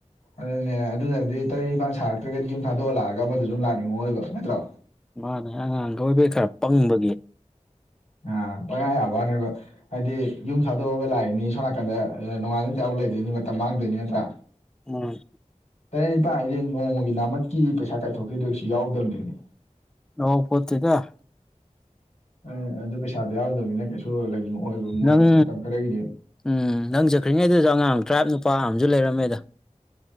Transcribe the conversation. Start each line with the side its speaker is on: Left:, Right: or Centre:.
Left: ꯑꯗꯨꯅꯦ ꯑꯗꯨꯅꯗꯤ ꯇꯔꯦꯠ ꯅꯤꯄꯥꯥꯟ ꯁꯥꯔꯛꯇ꯭ꯔꯒꯗꯤ ꯌꯨꯝ ꯊꯥꯗꯣꯛꯑꯂꯛꯑꯒ ꯑꯃꯗꯨ ꯁꯨ ꯂꯥꯛꯅꯤꯡꯉꯛꯑꯣꯏꯕ ꯅꯠꯇ꯭ꯔꯣ
Centre: ꯃꯥꯅꯦ ꯑꯉꯥꯡꯒ ꯑꯣꯏꯕꯩ ꯈꯔ ꯄꯪꯕꯒꯤ
Left: ꯑ ꯄꯪꯌꯥ ꯌꯥꯕꯋꯥꯅꯦꯕꯥ ꯍꯥꯏꯗꯤ ꯌꯨꯝ ꯊꯥꯗꯣꯛꯑꯒ ꯂꯥꯛꯏꯅꯤ ꯁꯣꯝ ꯅꯥꯀꯟꯗ ꯅꯣꯡꯉꯥꯝꯗꯩ ꯅꯨꯃꯤꯠ ꯇꯥꯕꯧ ꯂꯩꯗꯣꯏꯅꯤ ꯃꯇꯝ ꯃꯥꯡꯗꯣꯏꯅꯤ ꯅꯠꯇ꯭ꯔꯥ
Centre: ꯎꯝ
Left: ꯇꯔꯦꯠ ꯅꯤꯄꯥꯥꯟ ꯍꯥꯏꯁꯦ ꯅꯣꯡꯃꯒꯤ ꯅꯥꯝꯃꯠꯀꯤ ꯄꯩꯁꯥ ꯀꯥꯏꯊꯣꯛꯈꯤꯗ꯭ꯔꯁꯨ ꯌꯥꯎꯗꯝꯅꯦꯃꯤ
Centre: <inaudible>
Left: ꯑ ꯑꯗꯨ ꯄꯩꯁꯥꯗꯣ ꯌꯥꯎꯗꯕꯅꯤꯅ ꯀꯩꯁꯨ ꯂꯩꯅꯤꯡꯉꯛ ꯑꯣꯏꯕ ꯃꯣꯏ
Centre: ꯅꯪ
Left: ꯃꯇꯝ ꯈꯔꯒꯤꯗꯤ
Centre: ꯎꯝ ꯅꯪ ꯆꯈ꯭ꯔꯤꯉꯩꯗꯨꯁꯨ ꯑꯉꯥꯡ ꯇꯔꯥꯞ ꯅꯨꯄꯥ ꯑꯃꯁꯝꯨ ꯂꯩꯔꯝꯃꯦꯗ